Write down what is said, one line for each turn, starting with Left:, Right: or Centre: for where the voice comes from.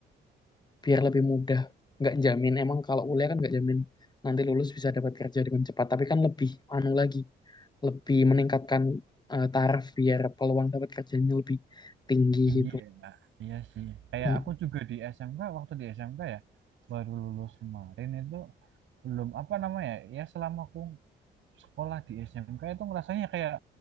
Left: biar lebih mudah nggak jamin emang kalau kuliah kan nggak jamin nanti lulus bisa dapat kerja dengan cepat tapi kan lebih anu lagi lebih meningkatkan eh, taraf biar peluang dapat kerjanya lebih tinggi
Right: tinggi
Left: gitu
Right: ya Nah, iya sih kayak
Left: Mm,
Right: aku juga di SMK waktu di SMK ya baru lulus kemarin itu belum apa namanya ya selama aku sekolah di SMK itu ngerasanya kayak